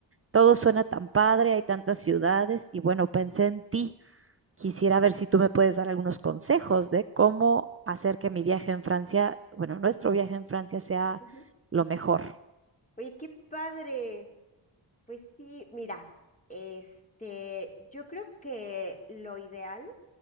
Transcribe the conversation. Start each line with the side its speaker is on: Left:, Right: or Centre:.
Right: todo suena tan padre, hay tantas ciudades y bueno, pensé en ti. Quisiera ver si tú me puedes dar algunos consejos de cómo hacer que mi viaje en Francia, bueno, nuestro viaje en Francia sea
Left: Ujú.
Right: lo mejor.
Left: Oye, qué padre. Pues sí, mira, este, yo creo que lo ideal